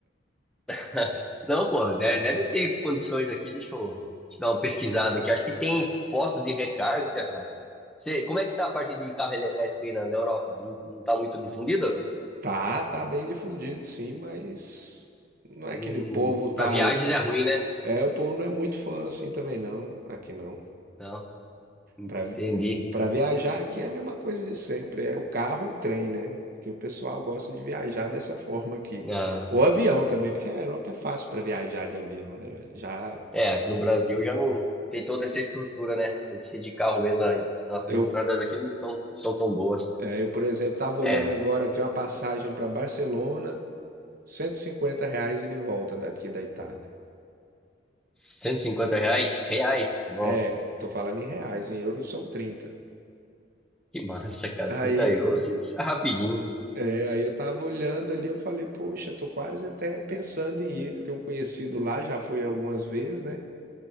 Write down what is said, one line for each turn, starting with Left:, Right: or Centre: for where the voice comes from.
Centre: <laughs> Não, pô, deve, deve ter condições aqui. Deixa eu te dar uma pesquisada aqui. Acho que tem postos de recarga, cara. Você, como é que tá a parte de carro elétrico aí na, na Europa? Não, não tá muito difundido?
Right: Tá, tá bem difundido, sim, mas não é
Centre: Não,
Right: que o
Centre: não-
Right: povo tá.
Centre: pra viagens é ruim, né?
Right: É, o povo não é muito fã assim também, não, aqui não.
Centre: Não,
Right: Para
Centre: entendi.
Right: para viajar aqui é a mesma coisa de sempre, é o carro ou trem, né? Que o pessoal gosta de viajar dessa <laughs> forma aqui.
Centre: Ah,
Right: Ou avião também, porque a Europa é fácil para viajar de avião, né, velho? Já
Centre: É, aqui no Brasil já não tem toda essa estrutura, né? Tem que ser de carro mesmo. aí Nossas
Right: eu,
Centre: entradas aqui não, tão, não são tão boas.
Right: é, eu, por exemplo, tava olhando
Centre: É,
Right: agora aqui uma passagem para Barcelona, cento e cinquenta reais e de volta daqui da Itália.
Centre: 150 reais? Reais? Nossa,
Right: É, eu tô falando em reais, em euros são trinta
Centre: que massa, cara.
Right: Aí,
Centre: 30 euros você tira rapidinho.
Right: é, aí eu tava olhando ali, eu falei, poxa, tô quase até pensando em ir, que eu tenho um conhecido lá, já fui algumas vezes, né?